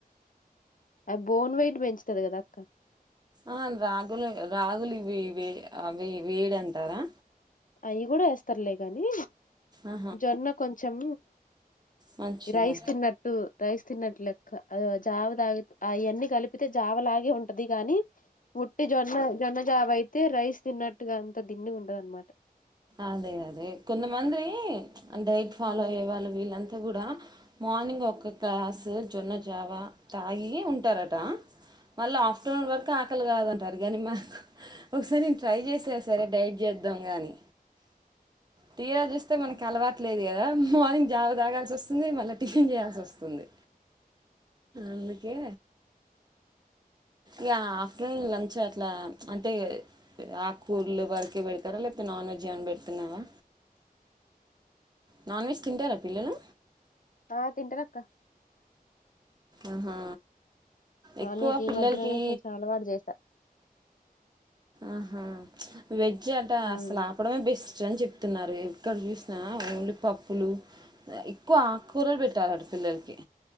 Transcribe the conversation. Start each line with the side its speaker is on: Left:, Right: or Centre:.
Left: బోన్ వై పెంచుతది కద అక్క
Right: ఆ రాగులు రాగులు ఇవి ఇవే అవి వేడి అంటారా
Left: అవి కూడా వేస్తారులే గాని
Right: ఆహా
Left: జొన్న కొంచెం
Right: మంచిదా
Left: రైస్ తిన్నట్టు రైస్ తిన్నట్ లెక్క జావ తాగి అవన్ని కలిపితే జావ లాగే ఉంటది గాని వుట్టి జొన్న జొన్న జావ అయితే రైస్ తిన్నట్టుగా అంత దిండి ఉంటద అనమాట
Right: అదే అదే కొంతమంత్రి డై ఫాలో అయ్యే వాళ్ళు వీళ్ళంతా కూడా మార్నింగ్ ఒక క్లాసు జొన్న జావా తాగి ఉంటారట మళ్ళ ఆఫ్టర్నూన్ వర్ కాదంటారు కానీ ఒకసారి నే ట్రై చేసా సరే డైట్ చేద్దాం గాని తీరా చూస్తే మనకి అలవాట్లేదు కదా మార్నింగ్ జావ తాగాల్సి వస్తుంది మళ్ళీ టిఫిన్ చేయాల్సి వస్తుంది అందుకే కా ఆఫ్టర్నూన్ లంచ్ అట్లా అంటే ఆకూర్లు వరకే పెడతారా లేకపోతే నాన్ వెజ్ ఏమైనా పెడుతున్నావా నాన్ వెజ్ తింటారా పిల్లలు
Left: ఆ తింటరు అక్క
Right: ఆహా
Left: నాన్
Right: ఎక్కువ
Left: వెజ్ ఈ
Right: పిల్లలకి
Left: మధ్యలోైనే కొంచెం అలవాటు చేశా
Right: ఆహా వె జ్ అంట
Left: ఉమ్
Right: అసలు ఆపడమే బెస్ట్ చన్ చెప్తున్నారు ఎక్కడ చూసినా ఓన్లి పప్పులు ఎక్కువ ఆకూరలు పెట్టాలట పిల్లలకి